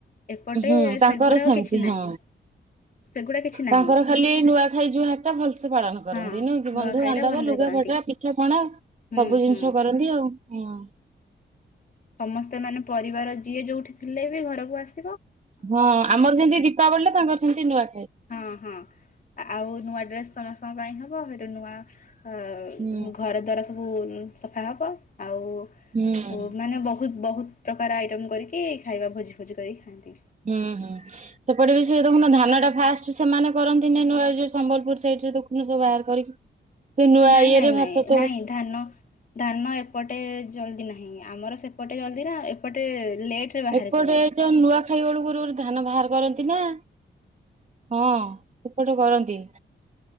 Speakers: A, on the left (about 45°); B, on the right (about 35°).
A: ଏପଟେ
B: ହୁଁ ତାଙ୍କର
A: ସେଗୁଡାକ
B: ସେମିତି
A: କିଛି ନାହିଁ।
B: ହଁ
A: ସେଗୁଡ଼ା କିଛି ନାହିଁ
B: ତାଙ୍କର ଖାଲି ନୂଆଖାଇ ଜୁହାର ଟା ଭଲସେ ପାଳନ କରନ୍ତି
A: ହଁ
B: ନୁଁକି
A: ନୂଆଖାଇଟା
B: ବନ୍ଧୁ ବାନ୍ଧବ
A: ଭଲରେ
B: ଲୁଗା
A: କରନ୍ତି।
B: ପଟା ପିଠା ପଣା ସବୁ
A: ହୁଁ
B: ଜିନିଷ
A: ହୁଁ।
B: କରନ୍ତି ଆଉ ହଁ।
A: ସମସ୍ତେ ମାନେ ପରିବାର ଯିଏ ଯୋଉଠି ଥିଲେ ବି ଘରକୁ ଆସି
B: ହଁ ଆମର ଯେମିତି ଦୀପାବଳୀ ତାଙ୍କର ସେମିତି ନୂଆ
A: ହଁ ହଁ ଆଉ ନୂଆ ଡ୍ରେସ୍ ତମ ସମଙ୍କ ପାଇଁ ହବ ସେଇଟୁ ନୂଆ ଅ
B: ହୁଁ
A: ଘର ଦ୍ବାର ସବୁ ସଫା ହବ ଆଉ
B: ହୁଁ।
A: ମାନେ ବହୁ ବହୁତ ପ୍ରକାର ଆଇଟମ୍ କରିକି ଖାଇବା ଭୋଜି ଭୋଜି କରିକି ଖାଆନ୍ତି
B: ହୁଁ ହୁଁ ସେପଟେ ବି ସେ ଦେଖୁନ ଧାନ ଟା ଫାଷ୍ଟ ସେମାନେ କରନ୍ତି ନାଇ ନଆଉ ସମ୍ବଲପୁର ସାଇଡି ରେ ଦେଖୁ ସବ ବାହାର କରିକି ସେ ନୂଆ
A: ନାଇଁ
B: ଇଏରେ
A: - ନାଇଁ-
B: ଭାତ
A: ନାଇଁ -
B: ସବୁ
A: ନାଇଁ ଧାନ ଧାନ ଏପଟେ ଜଲଦି ନାହିଁ। ଆମର ସେପଟେ ଜଲ୍ଦି ନା ଏପଟେ ଲେଟରେ ବାହାରେ
B: ଏପଟେ
A: ସବୁ
B: ଯୋଉ ନୂଆଖାଇ ବେଳକୁ ଧାନ ବାହାର କରନ୍ତି। <inaudible> ହଁ ସେପଟ କରନ୍ତି।